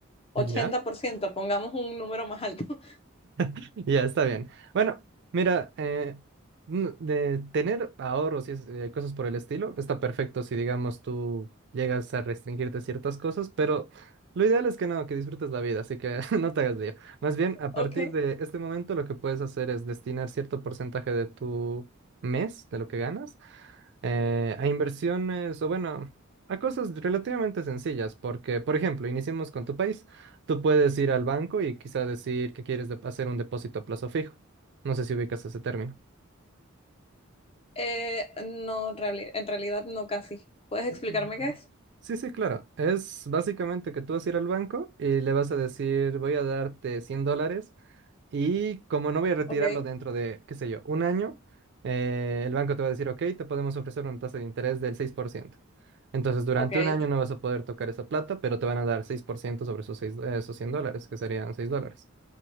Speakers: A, on the left; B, on the right.
A: ochenta
B: ya.
A: por ciento. pongamos un número más alto. <laughs>
B: <laughs> Ya, está bien. Bueno, mira, eh, n- de tener ahorros y es- eh, cosas por el estilo, está perfecto si, digamos, tú llegas a restringirte ciertas cosas, pero lo ideal es que no, que disfrutes la vida, así que <laughs> no te hagas lío. Más bien, a partir
A: Ok.
B: de este momento, lo que puedes hacer es destinar cierto porcentaje de tu mes, de lo que ganas, eh, a inversiones o bueno, a cosas relativamente sencillas, porque, por ejemplo, iniciemos con tu país, tú puedes ir al banco y quizá decir que quieres dep- hacer un depósito a plazo fijo. No sé si ubicas ese término.
A: Eh, no, en reali- en realidad no casi. ¿Puedes explicarme
B: Mm.
A: qué es?
B: Sí, sí, claro. Es básicamente que tú vas a ir al banco y le vas a decir, voy a darte cien dólares Y como no voy a retirarlo
A: Ok,
B: dentro de, qué sé yo, un año, eh, el banco te va a decir, ok, te podemos ofrecer una tasa de interés del seis por ciento Entonces, durante
A: ok.
B: un año no vas a poder tocar esa plata, pero te van a dar 6% sobre esos, seis- eh, esos 100 dólares, que serían seis dólares.